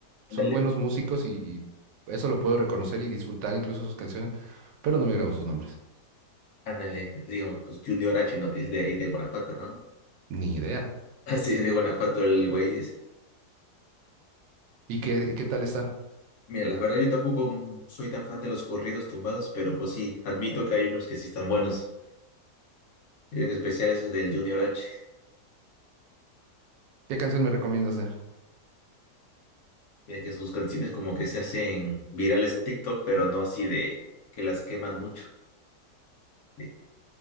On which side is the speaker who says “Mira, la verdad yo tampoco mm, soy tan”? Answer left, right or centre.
Left